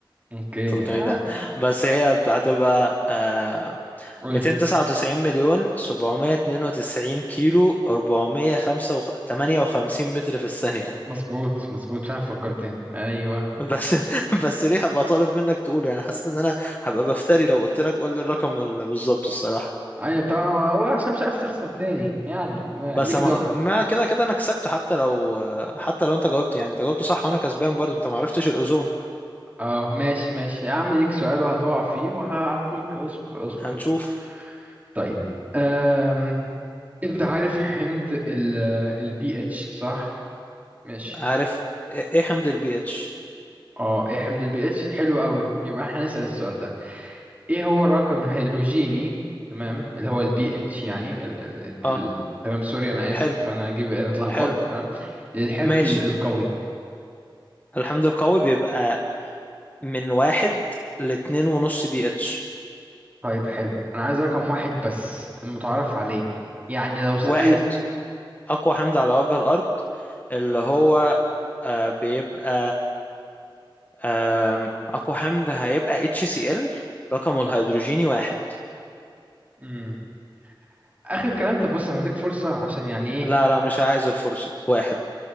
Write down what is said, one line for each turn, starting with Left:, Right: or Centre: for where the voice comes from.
Right: اوكي
Left: 300
Right: اه
Left: ده بس هي هتبقى آه
Right: قول
Left: 299
Right: لي
Left: مليون 792 كيلو 458 متر في الثانية
Right: مظبوط مظبوط فعلا فكرتني ايوه
Left: بس <laughs> بس ليه هبقى طالب منك تقوله يعني حسيت ان انا هبقى بفتري لو قلت لك قول لي الرقم ال- بالظبط الصراحه
Right: ايوه طبعا هو عشان مش عايز تخسر تاني يعني ما-
Left: بس
Right: ليك
Left: ما
Right: دافعك
Left: ما كده كده انا كسبت حتى لو حتى لو انت جاوبت يعني انت جاوبت صح وانا كسبان برضو انت ما عرفتش الاوزون
Right: اه ماشي ماشي يا عم ليك سؤال وهتقع فيه وهعديك اصبر اصبر
Left: هنشوف
Right: اصبر طيب أم... انت عارف حمض ال البي اتش صح ماشي
Left: عارف ايه إيه حمض البي اتش
Right: اه ايه حمض البي اتش حلو قوي يبقى احنا هنسأل السؤال ده ايه هو الرقم الهيدروجيني تمام اللي هو البي اتش يعني ال... ال... ال...
Left: اه
Right: ال... تمام سوري انا اسف
Left: حلو
Right: انا جيب انا اتلخبطت
Left: حلو
Right: تمام الحمض
Left: ماشي
Right: ال- القوي
Left: الحمض القوي بيبقى من واحد لاتنين ونص بي اتش
Right: طيب حلو انا عايز رقم واحد بس المتعارف عليه يعني لو سألت
Left: واحد أقوى حمض على وجه الأرض اللي هو آه، بيبقى آم، أقوى حمض هيبقى HCl رقمه الهيدروجيني واحد
Right: مم. اخر كلام طب بص انا هديك فرصة عشان يعني ايه
Left: لا لا مش عايز الفرصة واحد